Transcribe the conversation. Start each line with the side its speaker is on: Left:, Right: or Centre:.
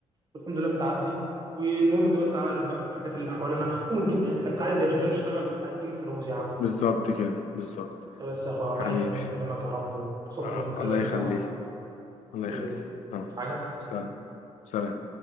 Right: والحمد لله بتعدي والمهم زي ما انت عارف بقى الحاجات اللي حوالينا المهم نجيب احنا بنتعلم ليه مش عشان نشتغل عايزين نجيب فلوس يا عم
Left: بالظبط كده بالظبط
Right: لا بس يا اخويا ربنا
Left: حبيبي
Right: يكرمني ويكرمك يا رب واتبسطت
Left: آه،
Right: بالمكالمة
Left: الله
Right: دي
Left: يخليك
Right: بصراحة
Left: الله
Right: حبيبي
Left: يخليك يلا
Right: بس حاجة
Left: سلام سلام